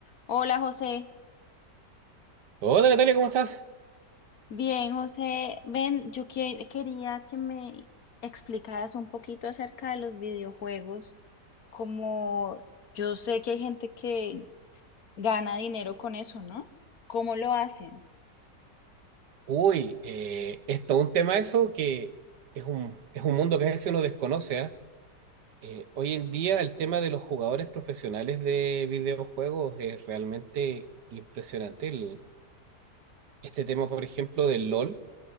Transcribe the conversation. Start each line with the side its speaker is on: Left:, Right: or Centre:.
Left: Hola José,
Right: Hola Natalia, ¿cómo estás?
Left: bien José, ven, yo que- quería que me explicaras un poquito acerca de los videojuegos, como yo sé que hay gente que gana dinero con eso, ¿no? ¿Cómo lo hacen?
Right: Uy, eh, es todo un tema eso que es un, es un mundo que a veces uno desconoce, ¿ah? Eh, hoy en día el tema de los jugadores profesionales de videojuegos es realmente impresionante. El- este tema, por ejemplo, del LOL,